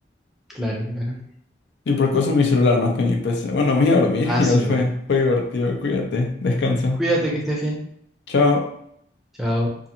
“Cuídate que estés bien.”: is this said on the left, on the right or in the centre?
Centre